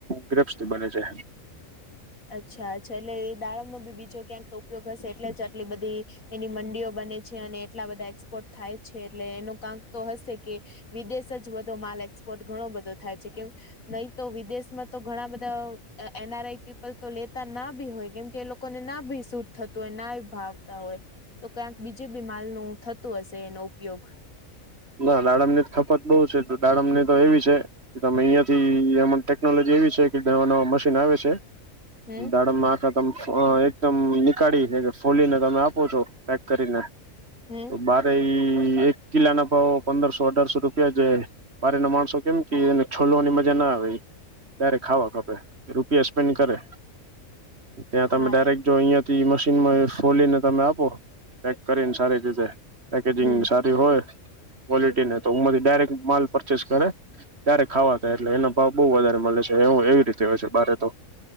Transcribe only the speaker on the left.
અચ્છા અચ્છા એટલે એ દાળમ નો બી બીજો ક્યાંક ઉપયોગ હશે એટલે જ આટલી બધી એની મંડીઓ બને છે અને એટલા બધા એક્સપોર્ટ થાય છે એટલે એનો કાંક તો હશે કે વિદેશ જ બધો માલ એક્સપોર્ટ ઘણો બધો થાય છે કેમ નહી તો વિદેશમાં તો ઘણા બધા એનઆરઆઈપી તો લેતા ના ભી હોય કેમ કે એ લોકોને ના ભી સૂટ થતું હોય ના ભાવતા હોય તો ક્યાંક બીજી બી માલ નું થતું હશે એનો ઉપયોગ
હમ
હમ
હા
હમ